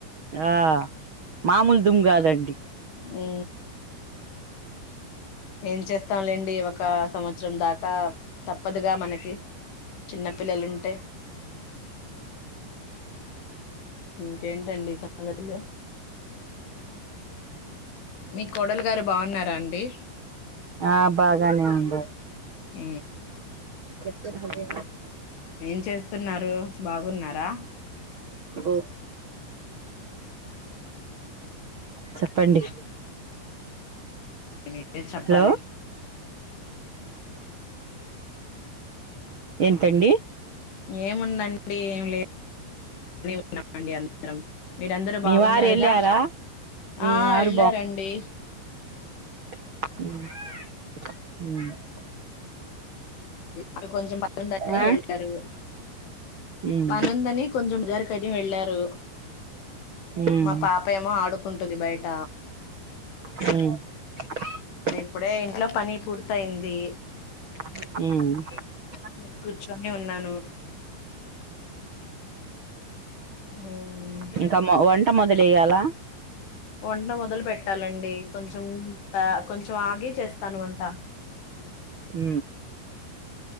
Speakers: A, on the right; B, on the left.
A: ఆ మామూలు దుమ్ కాదండి
B: ఉ ఏం చేస్తాంలేండి ఒక సంవత్సరం వం దాకా తప్పదుగా మనకి చిన్నపిిల్లలుంటే ఇంకేంటండి సంగతి మీ కోడలు గారు బాగున్నారా అండి
A: ఆ బాగానే ఉంది
B: అ
A: ఆ
B: ఏం చేస్తున్నారు బాగున్నారా
A: ఓ చెప్పండి
B: మీరే చెప్పాలి
A: హలో ఎంతండి
B: ఏముందండి ఏమి లేదున్నాండి అందరం మీరందరూ
A: మీ
B: బాగున్నారుగా
A: వారు వెళ్ళారా మీ
B: ఆ
A: వారు
B: వెళ్ళారంండి
A: ఆ
B: వా కొంచెం పనుందని
A: ఆ
B: వెళ్తారు
A: ఉమ్
B: పనుందని కొ కొంచంచెం దరక అయి వెళ్ళారు
A: ఉమ్ ఉమ్
B: మా పాప ఏమో ఆడుకుంటుంది బయట
A: హ
B: అప్పుడే ఇంట్లో పని పూర్తయింది
A: హ
B: ను కూర్చుని ఉన్నాను మ్మ్
A: ఇంకా వంట మొదలుయ్యాలా
B: వంట మొదలు పెట్టాలండి కొంచెం కొంచెం ఆగి చేస్తాను వంట ఆ
A: హ